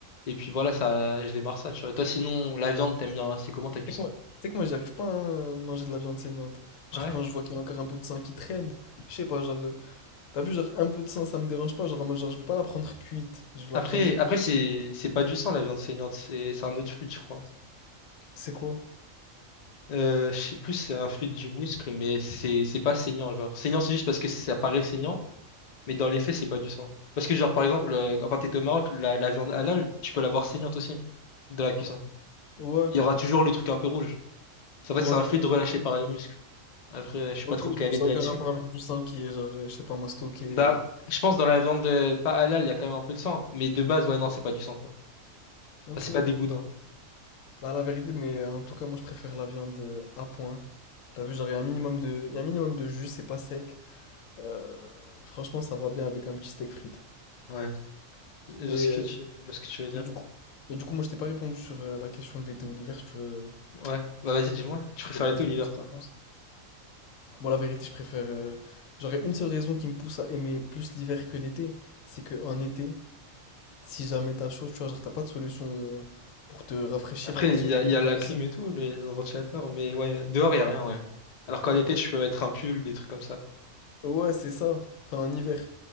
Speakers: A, on the left; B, on the left.
A: Et puis voilà, ça, je démarre ça, tu vois. Toi, sinon, la viande, t'aimes bien, c'est comment ta cuisson?
B: c'est que moi, tu sais que moi, j'arrive pas hein, à euh, manger de la viande saignante.
A: Ah
B: Genre,
A: ouais?
B: quand je vois qu'il y a encore un peu de sang qui traîne, je sais pas, genre, euh, t'as vu, genre, un peu de sang, ça me dérange pas. Genre, en mode, genre, je vais pas la prendre cuite, je vais la
A: Après,
B: prendre.
A: après c'est, c'est pas du sang, la viande saignante. C'est, c'est un autre fluide, je crois.
B: C'est quoi?
A: Euh, je sais plus, si c'est un fluide du muscle, mais c'est c'est pas saignant, genre. Saignant, c'est juste parce que ça paraît saignant, mais dans les faits, c'est pas du sang. Parce que, genre, par
B: Ok.
A: exemple, euh, quand t'es au Maroc, la, la viande halal, tu peux l'avoir saignante aussi, dans la cuisson.
B: Ouais,
A: Il y aura toujours le truc un peu rouge. En fait,
B: ouais.
A: c'est un fluide relâché par les muscles. Après, euh, je suis
B: Ok,
A: pas trop
B: du
A: calé
B: coup, ça
A: de
B: n'a
A: là-dessus,
B: aucun rapport
A: mais...
B: avec du sang qui est, genre, euh, je sais pas, moi, stocké
A: Bah,
B: ou.
A: je pense dans la viande euh, pas halal, il y a quand même un peu de sang. Mais de base, ouais, non, c'est pas du sang, quoi.
B: Ok.
A: Enfin, c'est pas des boudins.
B: Bah, la vérité, mais euh, en tout cas, moi, je préfère la viande euh, à point. T'as vu, genre, il y a un minimum de, il y a un minimum de jus, c'est pas sec. Euh, franchement, ça va bien avec un petit steak frites.
A: Ouais. Je
B: Mais,
A: vois ce
B: euh,
A: que tu, je vois ce que tu veux dire.
B: mais du coup, mais du coup, moi, je t'ai pas répondu sur euh, la question de l'été ou l'hiver. si Tu veux,
A: Ouais. Bah, vas-y, dis-moi.
B: tu peux
A: Tu
B: tu
A: préfères
B: peux te
A: l'été
B: mettre
A: ou l'hiver,
B: ma petite
A: toi?
B: réponse. Moi, la vérité, je préfère. euh, J'aurais une seule raison qui me pousse à aimer plus l'hiver que l'été, c'est que en été, si jamais t'as chaud, tu vois, genre t'as pas de solution euh, pour te rafraîchir
A: Après,
B: à part
A: il
B: sauter
A: y a,
B: dans
A: il y
B: une
A: a la
B: piscine.
A: clim et tout, les ventilateurs, mais ouais, dehors, il n'y a rien, ouais. Alors qu'en été, tu peux mettre un pull, des trucs comme ça.
B: Ouais, c'est ça. Enfin, en hiver.